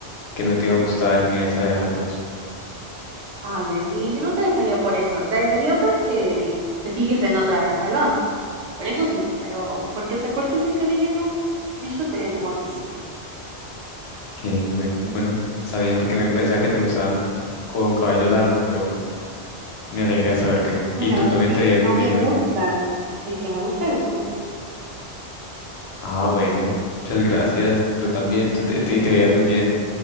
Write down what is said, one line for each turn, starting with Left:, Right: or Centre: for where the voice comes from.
Left: que no te iba a gustar y me ibas a dejar por eso.
Right: Ay, bebé, yo no te dejaría por eso. Te dejaría porque te fijes en otra del salón. Por eso sí, pero porque te cortes el cabello, no. De hecho, te ves guapísimo.
Left: Que bueno, bueno, está bien porque me pensaba que te gustaban con cabello largo, pero me alegra saber que no.
Right: Bueno,
Left: Y tú también
Right: es que
Left: te veías
Right: no
Left: muy bien
Right: me gustan.
Left: hoy.
Right: El que me gusta eres tú.
Left: Ah, bueno, muchas gracias. Tú también, tú te, te- te veías muy bien.